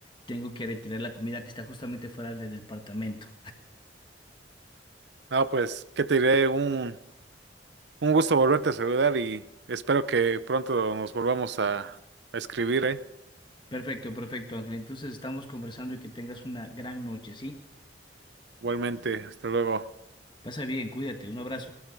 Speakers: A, on the left; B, on the right.
A: tengo que retirar la comida que está justamente fuera del departamento.
B: No, pues, ¿qué te diré? Un, un gusto volverte a saludar y espero que pronto nos volvamos a, a escribir, ¿eh?
A: Perfecto, perfecto, Ángel. Entonces estamos conversando y que tengas una gran noche, ¿sí?
B: Igualmente, hasta luego.
A: Pasa bien, cuídate, un abrazo.